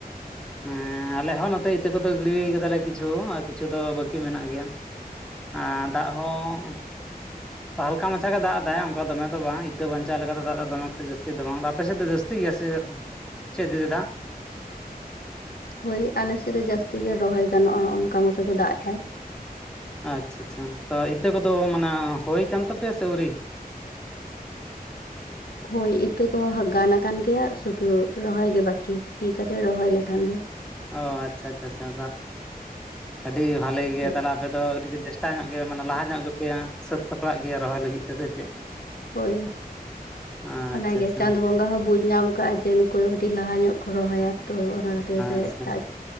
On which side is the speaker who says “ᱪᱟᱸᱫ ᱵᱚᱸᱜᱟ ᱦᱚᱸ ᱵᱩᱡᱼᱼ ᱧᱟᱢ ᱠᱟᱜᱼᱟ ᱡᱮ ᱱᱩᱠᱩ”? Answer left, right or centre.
Left